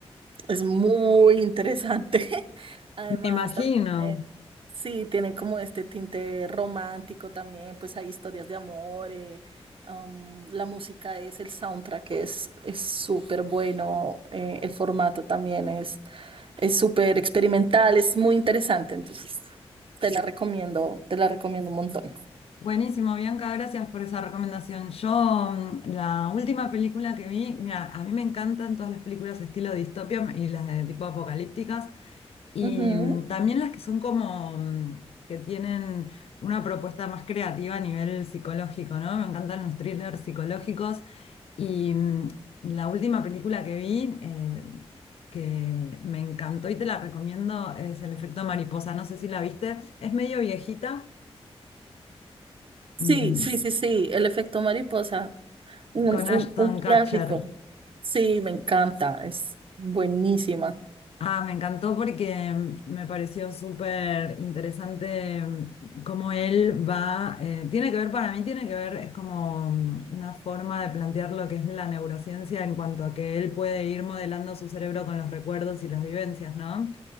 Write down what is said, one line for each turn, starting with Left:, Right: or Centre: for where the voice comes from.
Right: es muy interesante. <laughs> Además,
Left: me imagino.
Right: también, eh, sí, tienen como este tinte romántico también, pues hay historias de amor, eh, am, la música es, el soundtrack es es súper bueno, eh, el formato también es es súper experimental, es muy interesante, entonces te la recomiendo, te la recomiendo un montón.
Left: Buenísimo, Bianca, gracias por esa recomendación. Yo, mm, la última película que vi, mira, a mí me encantan todas las películas estilo distopia y las de tipo apocalípticas. Y
Right: Ujú.
Left: mm, también las que son como mm, que tienen una propuesta más creativa a nivel psicológico, ¿no? Me encantan los thrillers psicológicos. Y mm, la última película que vi, eh, que me encantó y te la recomiendo, es El efecto mariposa. No sé si la viste. Es medio viejita,
Right: Sí,
Left: mm,
Right: sí, sí, sí, el efecto mariposa. Un,
Left: con
Right: un-
Left: Ashton
Right: un clásico.
Left: Kutcher.
Right: Sí, me encanta. Es buenísima.
Left: Ah, me encantó porque mm, me pareció súper interesante mm, cómo él va, eh, tiene que ver, para mí tiene que ver, es como mm, una forma de plantear lo que es la neurociencia en cuanto a que él puede ir modelando su cerebro con los recuerdos y las vivencias, ¿no?